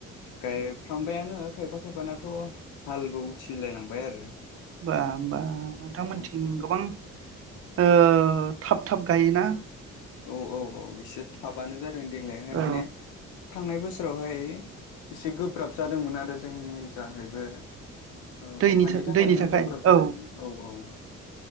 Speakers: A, on the left; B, on the right.
A: गायफ्रामबायानो खायफा खायफानाथ' हालबो उथिलाय लांबाय आरो
B: होबा होमबा नोंथांमोनथिं
A: औ
B: गोबां ओ थाब थाब गायोना
A: औ औ औ एसे थाबानो जादों देग्लायहाय माने
B: औ
A: थांनाय बोसोरावहाय एसे गोब्राब जादोंमोन आरो जोंनि जाहायबो ओ
B: दैनि
A: अखानि थाखायनो
B: दैनि थाखाय
A: गोब्राब जादों
B: औ
A: औ औ